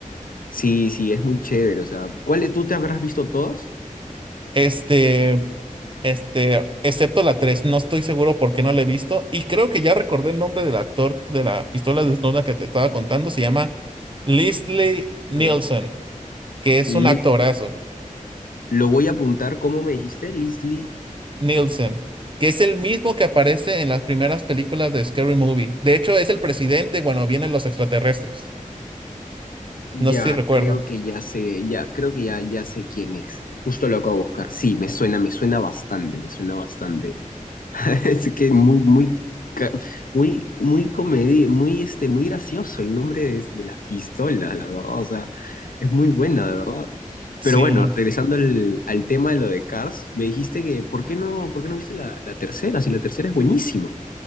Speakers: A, on the left; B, on the right.
A: sí, sí, es muy chévere. O sea, ¿cuáles tú te habrás visto todas?
B: Este, este, excepto la 3, no estoy seguro por qué no la he visto. Y creo que ya recordé el nombre del actor de la pistola desnuda que te estaba contando. Se llama Leslie Nielsen,
A: A ver,
B: que es
A: Li-
B: un actorazo.
A: lo voy a apuntar, ¿cómo me dijiste? Leslie,
B: Nielsen, que es el mismo que aparece en las primeras películas de Scary Movie. De hecho, es el presidente cuando vienen los extraterrestres.
A: ya
B: No sé si recuerda.
A: creo que ya sé, ya creo que ya, ya sé quién es. Justo lo acabo de buscar. Sí, me suena, me suena bastante, me suena bastante. Es que muy, muy, ca- muy, muy comedi, muy, este, muy gracioso el nombre de, de las pistolas, la verdad. O sea, es muy buena, de verdad.
B: Sí,
A: Pero bueno, regresando al, al tema de lo de Cars, me dijiste que, ¿por qué no, por qué no viste la, la tercera? Si la tercera es buenísima,